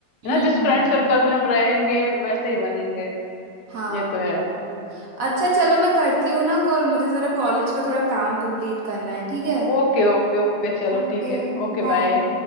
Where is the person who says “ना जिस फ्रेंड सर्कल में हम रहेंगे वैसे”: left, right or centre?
Left